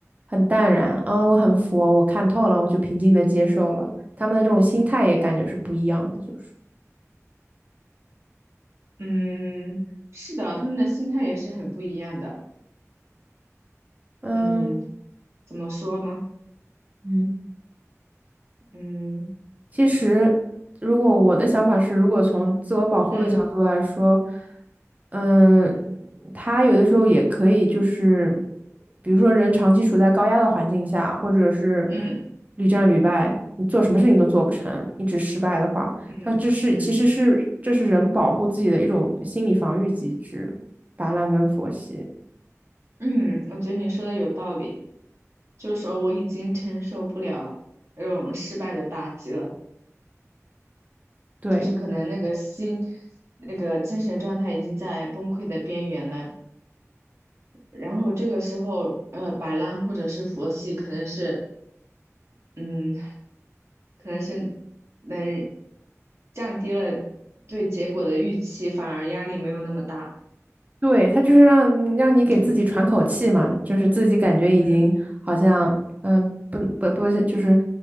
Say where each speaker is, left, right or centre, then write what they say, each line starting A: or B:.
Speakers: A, on the right (about 30°); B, on the right (about 55°).
A: 很淡然啊，我很佛，我看透了，我就平静的接受了。他们的这种心态也感觉是不一样的，就是
B: 嗯是的，他们的心态也是很不一样的，
A: 嗯
B: 嗯，怎么说呢？
A: 嗯。
B: 嗯
A: 其实，如果我的想法是，如果从自我保护的角度来说，
B: 嗯
A: 嗯，他有的时候也可以，就是比如说人长期处在高压的环境下，或者是
B: 嗯
A: 屡战屡败，你做什么事情都做不成，一直失败的话，
B: 嗯嗯
A: 他这是其实是这是人保护自己的一种心理防御机制，摆烂跟佛系。
B: 嗯，我觉得你说的有道理。就是说我已经承受不了那种失败的打击了，
A: 对。
B: 就是可能那个心，那个精神状态已经在崩溃的边缘了。然后这个时候，呃，摆烂或者是佛系，可能是，嗯，可能是能降低了对结果的预期，反而压力没有那么大。
A: 对，他就是让让你给自己喘口气嘛，
B: 嗯
A: 就是自己感觉已经好像，
B: 嗯
A: 嗯，不不不是，就是